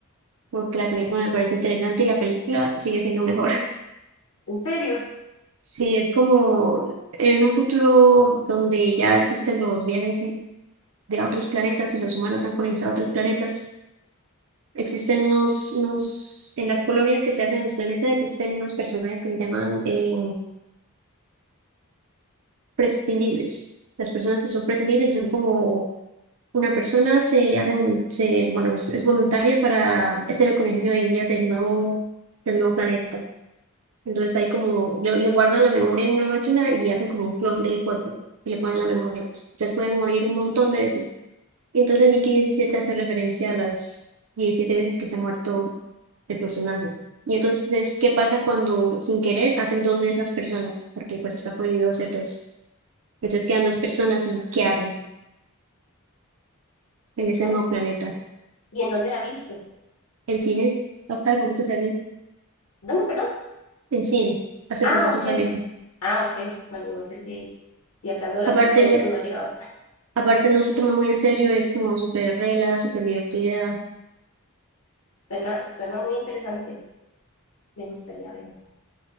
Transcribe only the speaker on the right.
porque la película me parece interesante y la película sigue siendo mejor. <laughs>
Sí, es como en un futuro donde ya existen los viajes y- de a otros planetas y los humanos han colonizado otros planetas, existen unos, unos, en las colonias que se hacen en los planetas existen unos personajes que se llaman eh, prescindibles. Las personas que son prescindibles son como una persona se hace, volun- se, bueno, es, es voluntaria para ser el conejillo de Indias del nuevo, del nuevo planeta Entonces ahí como le, le guardan la memoria en una máquina y hacen como un clon del cuerpo y le ponen la memoria. Entonces puede morir un montón de veces. Y entonces Mickey 17 hace referencia a las 17 veces que se ha muerto el personaje. Y entonces es qué pasa cuando sin querer hacen dos de esas personas, porque pues está prohibido hacer dos. Entonces quedan dos personas y ¿qué hacen en
ese nuevo planeta?
En cine, Ah, hace poquito salió.
En cine, hace
poquito
salió.
Aparte,
aparte no se toma muy en serio, es como súper regla, súper divertida